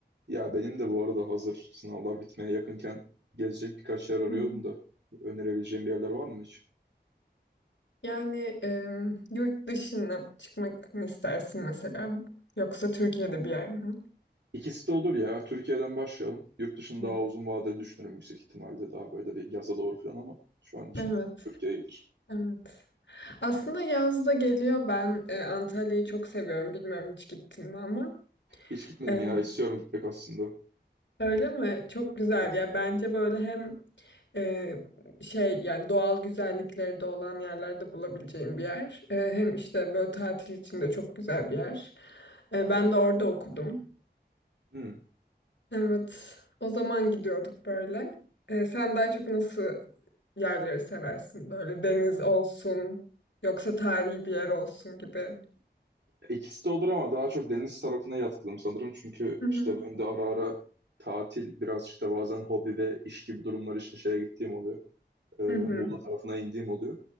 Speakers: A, on the right; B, on the left.
A: Ya benim de bu arada hazır sınavlar bitmeye yakınken gezecek birkaç yer arıyorum
B: Hı hı.
A: da önerebileceğim bir yerler var mı hiç?
B: Yani em, yurt dışına çıkmak mı istersin mesela? Yoksa Türkiye'de bir yer mi?
A: İkisi de olur ya. Türkiye'den başlayalım. Yurt dışını
B: Hı.
A: daha uzun vadeli düşünürüm yüksek ihtimalle daha böyle bir yaza doğru falan ama şu an için
B: Evet,
A: Türkiye iyidir.
B: evet. Aslında yaz da geliyor. Ben e, Antalya'yı çok seviyorum. Bilmiyorum hiç gittin mi ama.
A: Hiç gitmedim
B: E,
A: ya. İstiyorum gitmek aslında.
B: öyle mi? Çok güzel
A: Evet.
B: ya. Bence böyle hem e, şey yani doğal güzellikleri de olan yerlerde bulabileceğim bir yer. E, hem işte böyle tatil için de çok güzel bir yer. E, ben de orada okudum.
A: Hmm.
B: Evet. O zaman gidiyorduk böyle. Ee, sen daha çok nasıl yerleri seversin? Böyle deniz olsun, yoksa tarihi bir yer olsun gibi.
A: İkisi de olur ama daha çok deniz tarafına yatkınım sanırım. Çünkü
B: Hı hı.
A: işte ben de ara ara tatil biraz işte bazen hobi ve iş gibi durumlar için şeye gittiğim oluyor. e, Muğla
B: Hı hı.
A: tarafına indiğim oluyor.